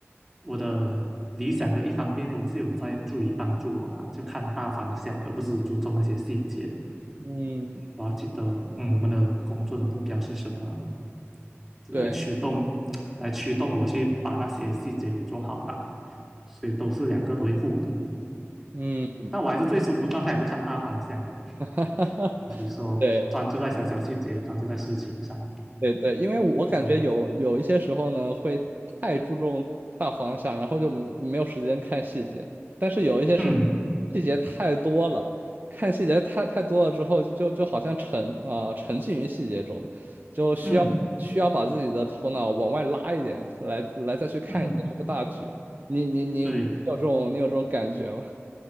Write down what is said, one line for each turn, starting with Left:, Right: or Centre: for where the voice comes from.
Centre: 我的理想的一方面呢，也是有在注意帮助我吧，就看大方向，而不是注重那些细节。
Right: 嗯，
Centre: 我要记得，嗯，我们的工作的目标是什么，来驱动，
Right: 对，
Centre: 来驱动我去把那些细节给做好吧。所以都是两个都会互补的。
Right: 嗯，
Centre: 但我还是最舒服，状态也是看大方向的，
Right: <laughs> 哈哈哈，
Centre: 以及说专注在小小细节，
Right: 对
Centre: 专注在事情上，
Right: 对对，因为我感觉有有一些时候呢，
Centre: 而且，
Right: 会太注重大方向，然后就没没有时间看细节。但是有一些时候，
Centre: 嗯
Right: 细节太多了，看细节太太多了之后，就就好像沉啊、沉浸于细节中，就需要需要把自己的头脑往外拉一点，
Centre: 嗯
Right: 来来再去看一下这个大局。
Centre: 嗯，
Right: 你你你你有这种你有这种感觉吗？
Centre: 对。